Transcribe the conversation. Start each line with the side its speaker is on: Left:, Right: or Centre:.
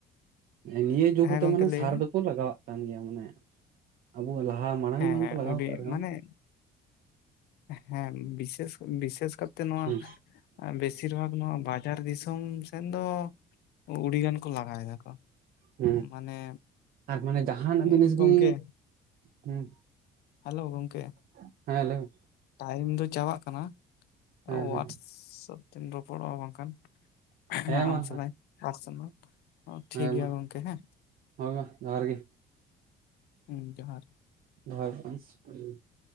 Right: ᱱᱤᱭᱟᱹ ᱡᱩᱜᱽ
Left: ᱦᱮᱸ
Right: ᱨᱮᱫᱚ
Left: ᱜᱚᱝᱠᱮ
Right: ᱢᱟᱱᱮ
Left: ᱞᱟᱹᱭ
Right: ᱥᱟᱨ
Left: ᱵᱤᱱ
Right: ᱫᱚᱠᱚ ᱞᱟᱜᱟᱣᱟᱜ ᱠᱟᱱ ᱜᱮᱭᱟ ᱢᱟᱱᱮ ᱟᱵᱚ ᱞᱟᱦᱟ ᱢᱟᱲᱟᱝ
Left: ᱦᱮᱸ
Right: ᱵᱟᱝᱠᱚ ᱞᱟᱜᱟᱣ
Left: ᱩᱰᱤ
Right: ᱠᱟᱜ ᱨᱮᱦᱚᱸ
Left: ᱢᱟᱱᱮ ᱦᱮᱸ ᱵᱮᱥᱮᱥ ᱵᱤᱥᱮᱥ ᱠᱟᱨᱛᱮ ᱱᱚᱣᱟ
Right: ᱦᱩᱸ
Left: ᱵᱮᱥ <inaudible> ᱵᱟᱡᱟᱨ ᱫᱤᱥᱚᱢ ᱥᱮᱱ ᱫᱚ ᱩᱰᱤᱜᱟᱱ ᱠᱚ ᱞᱟᱜᱟ ᱮᱫ ᱟ ᱠᱚ
Right: ᱦᱩᱸ
Left: ᱢᱟᱱᱮ
Right: ᱟᱨ ᱢᱟᱱᱮ ᱡᱟᱦᱟᱱᱟᱜ
Left: ᱮᱸ <unintelligible>
Right: ᱡᱤᱱᱤᱥ
Left: ᱜᱚᱝᱠᱮ
Right: ᱜᱮ ᱦᱩᱸ
Left: ᱦᱮᱞᱳ ᱜᱚᱝᱠᱮ
Right: <unintelligible> ᱦᱮᱸ ᱞᱟᱭ ᱢᱮ
Left: ᱴᱟᱭᱤᱢ ᱫᱚ ᱪᱟᱵᱟᱜ ᱠᱟᱱᱟ
Right: ᱦᱮᱸ
Left: ᱳᱣᱟᱴᱥᱮᱯ
Right: ᱦᱮᱸ
Left: ᱛᱮᱢ ᱨᱚᱯᱚᱲᱚᱜᱼᱟ ᱵᱟᱝ ᱠᱷᱟᱱ
Right: ᱦᱮᱸ
Left: ᱦᱟᱸ ᱟᱢ
Right: ᱢᱟ
Left: ᱥᱟᱞᱟᱜ <inaudible> ᱴᱷᱤᱠ
Right: ᱦᱮᱸ
Left: ᱜᱮᱭᱟ
Right: ᱢᱟ
Left: ᱜᱚᱝᱠᱮ ᱦᱮᱸ
Right: ᱦᱳᱭ ᱢᱟ ᱡᱚᱦᱟᱨ ᱜᱮ
Left: ᱦᱮᱸ ᱡᱚᱦᱟᱨ
Right: <inaudible>